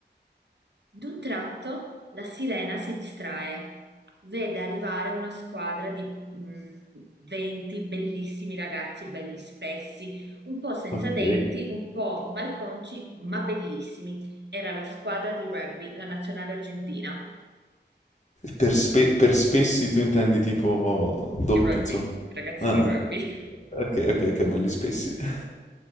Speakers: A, on the right; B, on the left.
A: D'un tratto la sirena si distrae, vede arrivare una squadra di mm, 20 bellissimi ragazzi, belli spessi, un po' senza
B: Ok.
A: denti, un po' malconci, ma bellissimi. Era la squadra di rugby, la nazionale argentina.
B: Per, spe- per spessi tu intendi tipo doppi,
A: Di rugby,
B: insomma.
A: i ragazzi
B: Ah,
A: di rugby.
B: ah, sì. ok, ok, ok, belli spessi. <laughs>